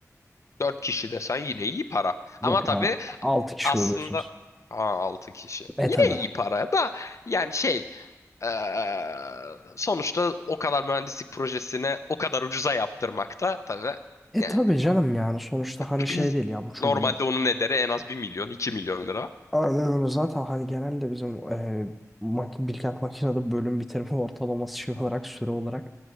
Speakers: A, on the left; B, in the centre.
A: 4 kişi desen yine iyi para.
B: Yok
A: Ama tabii
B: ya 6 kişi
A: Aslında
B: oluyorsunuz.
A: 6 kişi.
B: E
A: Yine
B: tabi.
A: iyi para da yani şey eee, sonuçta o kadar mühendislik projesini o kadar ucuza yaptırmak da tabii
B: E
A: yani
B: tabi canım yani sonuçta hani
A: <clears throat>
B: şey değil ya bu çocuk
A: normalde onun ederi en az bir milyon 2 milyon lira.
B: aynen öyle zaten hani genelde bizim e, mak Bilkent Makina'da bölüm bitirme <laughs> ortalaması şey olarak süre olarak